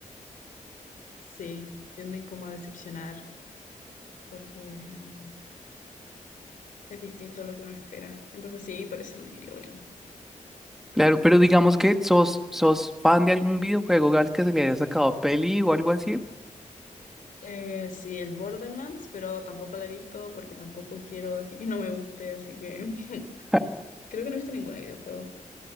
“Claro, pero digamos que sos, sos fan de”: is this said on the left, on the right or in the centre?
Centre